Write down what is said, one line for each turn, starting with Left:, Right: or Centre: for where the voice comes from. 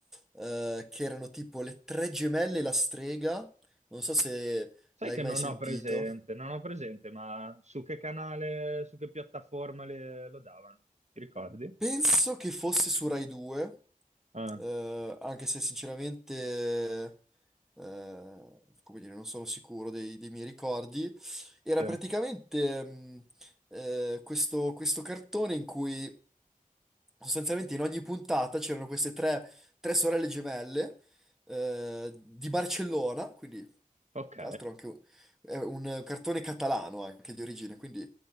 Centre: eh, che erano tipo le tre gemelle e la strega, non so se
Right: Sai
Centre: l'hai
Right: che
Centre: mai
Right: non
Centre: sentito.
Right: ho presente, non ho presente, ma su che canale, su che piattaforma le- lo davano? Ti ricordi?
Centre: Penso che fosse su Rai 2,
Right: Ah,
Centre: eh, anche se sinceramente, eh, come dire, non sono sicuro dei, dei miei ricordi. Era
Right: sì.
Centre: praticamente, mh, eh, questo, questo cartone in cui sostanzialmente in ogni puntata c'erano queste tre, tre sorelle gemelle, eh, di Barcellona, quindi
Right: Ok.
Centre: tra l'altro anche un- è un cartone catalano anche di origine, quindi